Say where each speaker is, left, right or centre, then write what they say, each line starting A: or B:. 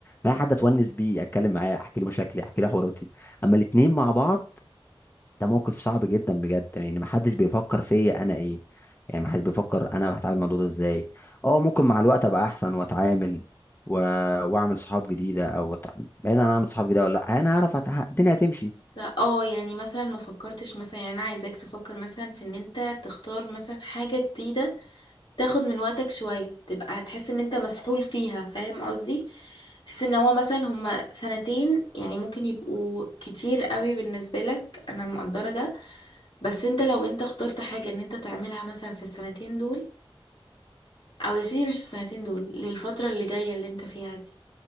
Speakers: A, on the left; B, on the left.
A: معايا حد اتونس بيه اتكلم معاه احكي له مشاكلي احكي له حواراتي اما الاتنين مع بعض ده موقف صعب جدا بجد يعني محدش بيفكر فيا انا ايه يعني محدش بيفكر انا هتعامل مع الموضوع ده ازاي اه ممكن مع الوقت ابقى احسن واتعامل و... واعمل صحاب جديده او أت... بعيد عن اعمل صحاب جديده ولا لا انا هعرف أتع... الدنيا هتمشي
B: لا اه يعني مثلا ما فكرتش مثلا يعني انا عايزاك تفكر مثلا في ان انت تختار مثلا حاجة جديدة تاخد من وقتك شوية تبقى هتحس ان انت مسحول فيها فاهم قصدي حس ان هو مثلا هما سنتين يعني ممكن يبقوا كتير قوي بالنسبة لك انا مقدرة ده بس انت لو انت اخترت حاجة ان انت تعملها مثلا في السنتين دول او يا سيدي مش السنتين دول للفترة اللي جاية اللي انت فيها دي